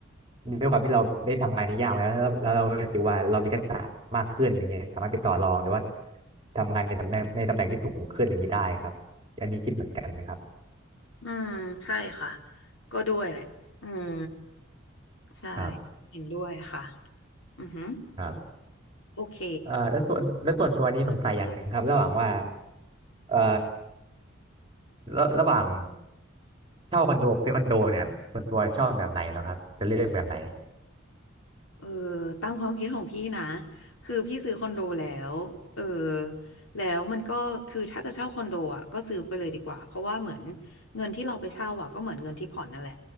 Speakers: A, on the right; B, on the left.
A: ด้วยความที่เราได้ทำงานในยากมาแล้วแล้วแล้วเรารู้สึกว่าเรามีทักษะมากขึ้นอย่างเงี้ยสามารถไปต่อรองหรือว่าทำงานในตำแหน่งในตำแหน่งที่สูงขึ้นอย่างนี้ได้ครับอันนี้คิดเหมือนกันไหมครับ
B: อืมใช่ค่ะก็ด้วยแหละอืมใช่
A: ครับ
B: เห็นด้วยค่ะอือหือ
A: ครับ
B: โอเค
A: เอ่อแล้วส่วนแล้วส่วนตัวนี้สงสัยอย่างหนึ่งครับระหว่างว่าเอ่อระระหว่างเช่าคอนโดกับซื้อคอนโดเนี่ยส่วนตัวชอบแบบไหนเหรอครับจะเลือกแบบไหน
B: เออตามความคิดของพี่นะคือพี่ซื้อคอนโดแล้วเออแล้วมันก็คือถ้าจะเช่าคอนโดอ่ะก็ซื้อไปเลยดีกว่าเพราะว่าเหมือนเงินที่เราไปเช่าอ่ะก็เหมือนเงินที่ผ่อนนั่นแหละ